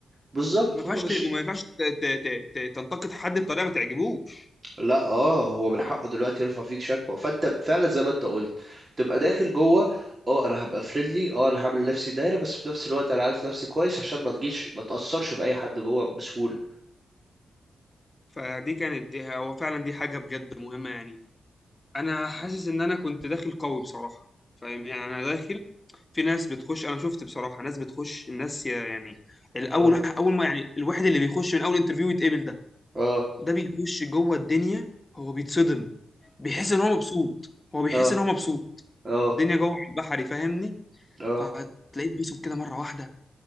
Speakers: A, on the right; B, on the left.
A: بالظبط
B: ما ينفعش
A: هما مش
B: ت- وما
A: كده.
B: ينفعش ت- ت- ت- ت- تنتقد حد بطريقه ما تعجبوش
A: لا اه هو من حقه دلوقتي يرفع فيك شكوى فانت فعلا زي ما انت قلت تبقى داخل جوه اه انا هبقى فريندلي اه انا هعمل لنفسي دايره بس في نفس الوقت انا عارف نفسي كويس عشان ما تجيش ما تاثرش باي حد جوه بسهوله
B: فدي كانت هو فعلا دي حاجه بجد مهمه يعني انا حاسس ان انا كنت داخل قوي بصراحه فاهم يعني انا داخل في ناس بتخش انا شفت بصراحه ناس بتخش الناس يا- يعني الاول
A: اه
B: واحد اول ما يعني الواحد اللي بيخش من اول انترفيو يتقبل ده
A: اه
B: ده بيخش جوه الدنيا هو بيتصدم بيحس ان هو مبسوط هو بيحس
A: اه
B: ان هو مبسوط
A: اه اه
B: الدنيا جوه على البحري فاهمني
A: اه
B: فهتلاقيه اتبسط كده مره واحده